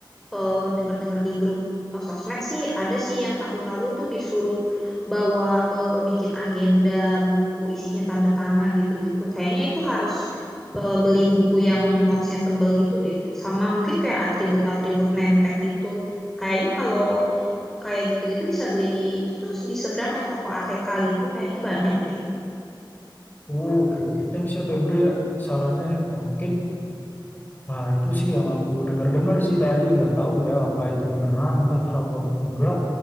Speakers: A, in the centre; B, on the left (about 25°).
A: eh, dengar-dengar di grup eh, sosmed sih ada sih yang tahun lalu tuh disuruh bawa eh, bikin agenda buku isinya tanda tangan gitu-gitu. Kayaknya itu harus eh, beli buku yang notesnya tebel gitu deh. Sama mungkin kayak atribut-atribut name tag itu. Kayaknya kalau kayak gitu-gitu bisa beli di itu tuh di seberang yang toko ATK gitu. Kayaknya banyak deh.
B: Oh, Oke, oke. Thanks ya Febri ya sarannya. ya. Nah, mungkin ah, itu sih yang aku dengar-dengar sih tadi. Nggak tahu ya apa itu beneran ntar apa enggak.